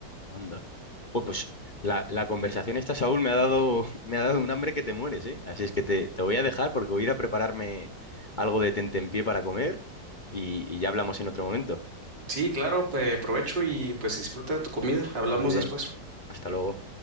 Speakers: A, on the left (about 40°); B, on the right (about 75°).
A: Anda. Joder, pues la, la conversación esta, Saúl, me ha dado, <laughs> me ha dado un hambre que te mueres, ¿eh? Así es que te, te voy a dejar porque voy a ir a prepararme algo de tentempié para comer y, y ya hablamos en otro momento.
B: Sí, claro, pues provecho y pues disfruta de tu comida. Hablamos
A: Muy bien,
B: después.
A: hasta luego.